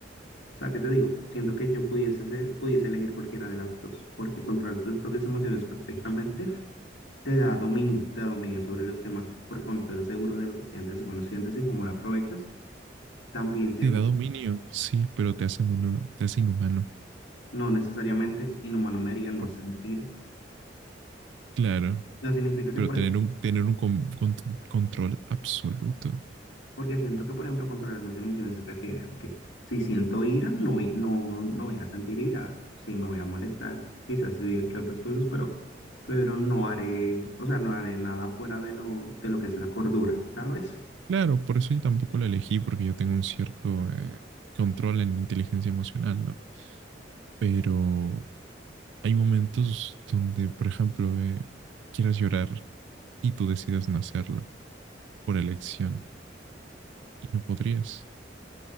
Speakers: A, on the left; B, on the right.
A: O sea, ¿qué te digo? Siento que yo pudiese, ser- pudiese elegir cualquiera de las dos, porque controlar tus propias emociones perfectamente te da dominio, te da dominio sobre los demás, porque cuando estás seguro de lo que sientes, cuando sientes y cómo lo aprovechas, también siento,
B: Te da dominio, sí, pero te hace menos, te hace inhumano.
A: no necesariamente inhumano me haría no
B: Por-
A: sentir.
B: Claro,
A: No significa que,
B: pero
A: por
B: tener un, tener un con- con- control absoluto.
A: Porque siento que, por ejemplo, controlar mis emociones se refiere a que si siento ira, no, voy- no, no voy a sentir ira. Sí me voy a molestar, sí, quizás diga que otras cosas, pero, pero no haré, o sea, no haré nada fuera de lo, de lo que es la cordura, ¿sabes?
B: Claro, por eso yo tampoco la elegí, porque yo tengo un cierto eh, control en inteligencia emocional, ¿no? Pero hay momentos donde, por ejemplo, eh, quieras llorar y tú decidas no hacerlo por elección y no podrías,